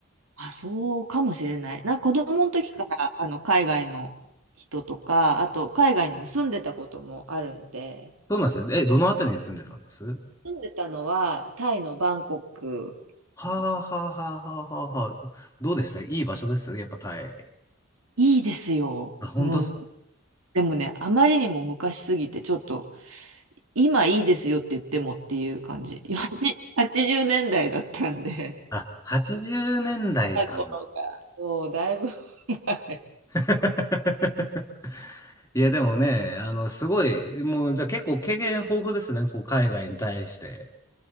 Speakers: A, on the right (about 80°); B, on the left (about 15°).
A: あ、そうかもしれない。な、子供の時からあの海外の人とか、あと海外にも住んでたこともあるので、
B: そうなんですね。え、どのあたりに住んでたんですは
A: 住んでたのはタイのバンコク
B: あ、はあ、はあ、はあ、はあ。はあどうでしたいい場所ですよねやっぱタイ。
A: いいですよ。
B: あ、本当っすか
A: うん。でもね、あまりにも昔すぎて、ちょっと、今いいですよって言ってもっていう感じ。<laughs> よ80年代だいだったんで。
B: あ、80年代か。
A: 過去が、そう、だいぶ前。
B: <laughs> いや、でもね、あの、すごい、もう、じゃあ結構経験豊富ですね、こう、海外に対して。